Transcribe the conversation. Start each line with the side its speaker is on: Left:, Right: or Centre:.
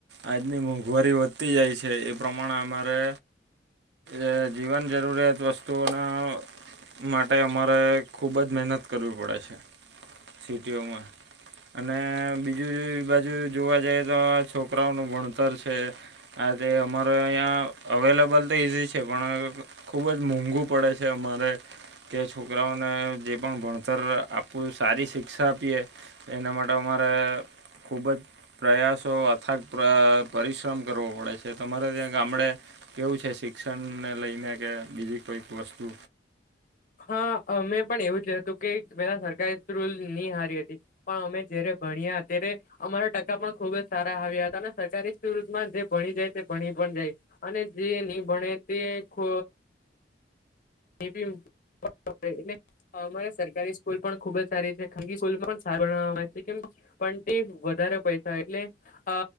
Right: આજની મોંઘવારી વધતી જાય છે એ પ્રમાણે અમારે એ જીવન જરૂરિયાત વસ્તુઓના માટે અમારે ખૂબ જ મહેનત કરવી પડે છે સિટીઓમાં અને બીજું બાજુ જોવા જઈએ તો છોકરાઓનું ભણતર છે. આ તે અમારે અહીંયા અવેલેબલ તો ઇઝી છે પણ અ ખુબ જ મોંઘુ પડે છે અમારે. કે છોકરાઓને જે પણ ભણતર આપવું સારી શિક્ષા આપીએ એના માટે અમારે ખૂબ જ પ્રયાસો અથાગ પરિશ્રમ કરવો પડે છે તમારે ત્યાં ગામડે કેવું છે શિક્ષણને લઈને કે બીજી કોઈક વસ્તુ.
Left: હા મેમે પણ એવું જ હતું કે પેલા સરકારારે રૂલ નહી હારી હતી. પણ અમે જ્યારે ભણ્યા અત્યારે અમારા ટકા પણ ખુબ જ સારા આવ્યા હતા અને સરકારી સ્કૂલમાં જે ભણી જાય તે ભણી પણ જાય. અને જે નહી ભણે તે ખ <unintelligible> અમારે સરકારી સ્કૂલ પણ ખુબ જ સારી છે ખાનગી સ્કૂલ પણ કેમ પણ તે વધારે પૈસા એટલે અ